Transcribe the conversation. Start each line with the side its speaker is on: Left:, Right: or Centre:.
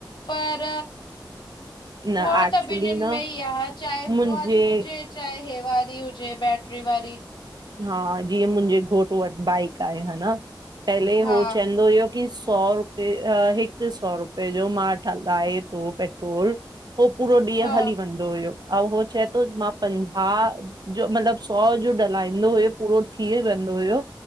Left: पर
Right: न
Left: भौ
Right: एक्चुली
Left: त ॿिन्नि
Right: न
Left: मे ही आ चाहे हो
Right: मुंहिंजे
Left: वारी हुजे चाहे हे वारी हुजे बैटरी वारी।
Right: हा हिअं मुहिजे घोट वट बाइक आहे हान, पहले
Left: हा
Right: हो चईंदो हुयो सौ रुपए हिक सौ रुपए जो मा हलाए थो पेट्रोल हो पूरो ॾींह
Left: हा
Right: हली वेंदो हुयो ऐं हो चए थो मा पंजाह मतलब सौ जो ढह हलाईंदो हुयो पूरो थी वेदो हुयो